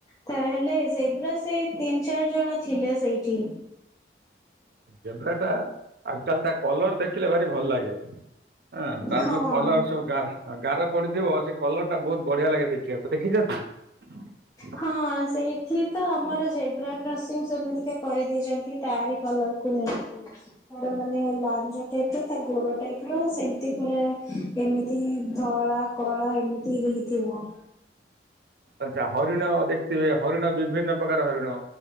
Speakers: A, on the left (about 20°); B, on the right (about 60°).
A: ତାହେଲେ ଜେବ୍ରା ସେଇ ତିନ୍, ଚାର୍ ଜଣ ଥିଲେ ସେଇଠି।
B: ଜେବ୍ରା ଟା ଆକ୍ଚ଼ଲ ତା କଲର ଦେଖିଲେ ଭାରି ଭଲ ଲାଗେ। ଆଁ ତାର
A: ହଁ।
B: ଯୋଉ କଲର ସବ୍ ଗାର୍ ଆଁ ଗାର ପଡିଥିବ ସେ କଲର ଟା ବହୁତ୍ ବଢିଆ ଲାଗେ ଦେଖିଆକୁ ଦେଖିଚ <inaudible>
A: ହଁ ସେଇଠି ତ ଆମର ଜେବ୍ରା କ୍ରସିଂ ସେମିତିକା କରିଦେଇଚନ୍ତି ତାରି କଲମ୍। କୁ ନେଇକି ତାରି ମାନେ ଲାଞ୍ଜ ଟାଇପ୍ ର ତା ଗୋଡ ଟାଇପ୍ ର ସେମିତି ପୁରା ଏମିତି ହିଁ ଧଳା, କଳା ଏମିତି ହେଇଥିବ।
B: ଆଚା ହରିଣ ଦେଖଥିବେ ହରିଣ ବିଭିନ୍ନ ପ୍ରକାର ହରିଣ